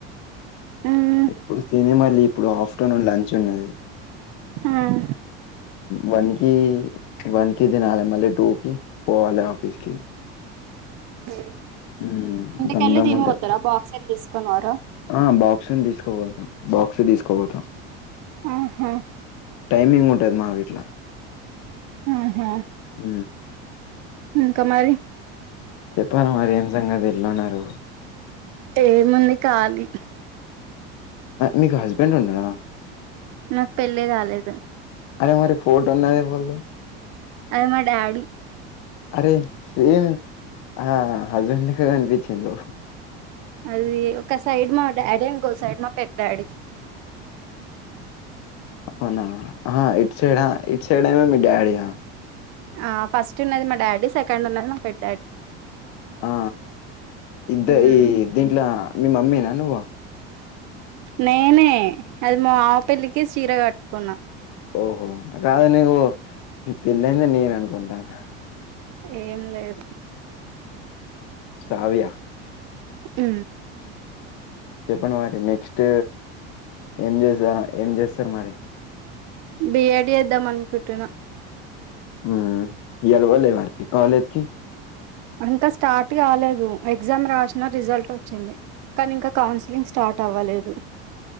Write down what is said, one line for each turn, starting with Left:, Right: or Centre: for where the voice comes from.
Right: ఉమ్
Left: ఇప్పుడు సినిమలి ఇప్పుడు ఆఫ్టర్నూన్ లంచ్ ఉన్నది
Right: ఉమ్
Left: వన్ కి వన్ కి తినాలె మళ్లీ టూ కి పోవాలె ఆఫీస్ కి
Right: కే
Left: హ్మ్.
Right: ఇందుకెళ్ళి
Left: దమ్ దమ్
Right: తినిపోతారా
Left: ఉంటది.
Right: బాక్స్ తీసుకుొ వార ఓకే ఇంటికి వె
Left: ఆ బాక్సులు తీసుకోపోతాం బాక్స్ తీసుకోపోతాం
Right: ఉహా
Left: టైమింగ్ ఉంటది మాకిట్ల
Right: ఆహా
Left: ఉ
Right: ఇంకా మరి
Left: చెప్పాలి మరి ఏం సంగతి ఎట్లా ఉన్నారు
Right: ఏమైంది కాలిక్
Left: మీకు హస్బెండ్ ఉన్నారా
Right: నాకు పెళ్లి కాలేదు
Left: అరే మారి ఫోటో ఉన్నది ఎవలో
Right: అది మా డాడీ
Left: అరే సేమ్ ఆ హస్బెండ్ లెక్క కనిపించిండు
Right: అది ఒక సైడ్ మా డాడీ ఇంకో సైడ్ మా పెద్ద డాడీ
Left: అవునా ఆ ఇటు సైడ్ ఆ ఇటు సైడ్ మీ డాడీ ఆ
Right: ఆ ఫస్ట్ ఉన్నది మా డాడీ సెకండ్ ఉన్నది మా పెద్ద డాడీ
Left: ఆ ఇద్ద
Right: ఉమ్
Left: ఈ దీంట్లో మీ మమ్మీ నా నువ్వు
Right: నేనే అది మా మామ పెళ్లికి చీర కట్టుకున్న
Left: ఓహో కాదునీవు మీ పెిళ్లైంది నేను అనుకుంటాను క ఓహో కాదా కాదనేవో కాదనేవో
Right: ఏం లేదు
Left: సారీ యా
Right: ఉ
Left: చెప్పండి మరి నెక్స్ట్ ఏం జేస్తను ఏం చేస్తారు మరి
Right: బిఎడ్ చేద్దాం అనుకుంటున్నా
Left: ఉ ఇయ్యాల ఎవరు లేవారా కాలేజకి
Right: ఇంకా స్టార్ట్ గాలేదు ఎగ్జామ్ రాసిన రిజల్ట్ వచ్చింది కానీ ఇంకా కౌన్సిలింగ్ స్టార్ట్ అవ్వలేదు